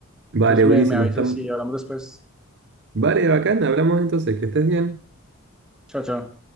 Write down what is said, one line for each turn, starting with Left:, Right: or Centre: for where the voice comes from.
Right: Vale,
Centre: Entonces
Right: buenísimo.
Centre: me, me avisas
Right: Estamos...
Centre: y hablamos después.
Right: Vale, bacán. Hablamos entonces. Que estés bien.
Centre: Chao, chao.